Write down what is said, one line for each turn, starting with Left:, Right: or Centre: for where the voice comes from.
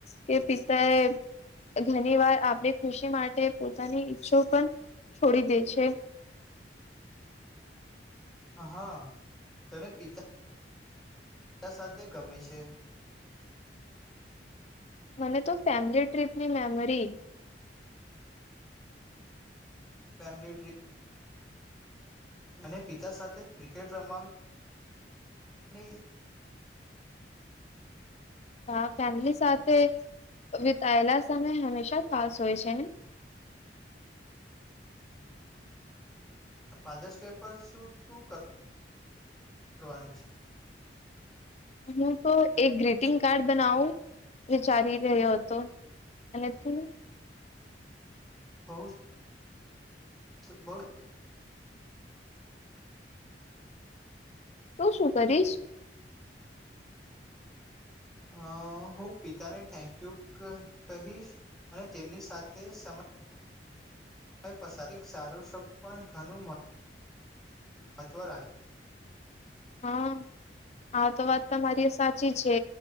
Left: કે પિતા એ ઘણી વાર આપણી ખુશી માટે પોતાની ઈચ્છો પણ છોડી દે છે
Centre: હા તને પિતા ક સાથે ગમેી છે
Left: મને તો ફેમિલી ટ્રીપની મેમરી
Centre: ફેમિલી ટ્રિપ મને પિતા સાથે ક્રિકેટ રમા અને
Left: હા ફેમિલી સાથે વિતાયેલા સમય હંમેશા ખાસ હોય છે ને
Centre: ફાધર્સ ડે પર શું તું કરવાનું છે
Left: હું તો એક ગ્રીટિંગ કાર્ડ બનાવું વિચારી રહ્યો હતો અને તું
Centre: બઉુ બહ
Left: તું શું કરીશ
Centre: અ હું પિતાને થેન્ક યુ કહીશ અને તેમની સાથે સમય પસાર સારું શબ પણ ઘણું મહત્વ રાાગે
Left: હા આ તો વાત તમારી સાચી છે